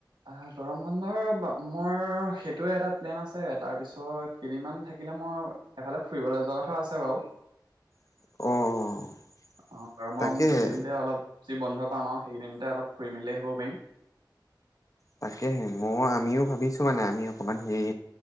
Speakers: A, on the right; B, on the left.
A: আহ গৰম বন্ধৰ মোৰ সেইটোৱে এটা প্লেন আছে, তাৰপিছত কেইদিনমান থাকিলে মই এফালে ফুৰিবলৈ যোৱা কথাও আছে বাৰু।
B: অ'
A: অ গৰমম
B: তাকেহে
A: দিনতে অলপ যি বন্ধ পাম আৰু সেইকেইদিনতে অলপ ফুৰি-মেলি আহিবও পাৰিম।
B: তাকে মইও আমিও ভাবিছো মানে আমি অকণমান হেই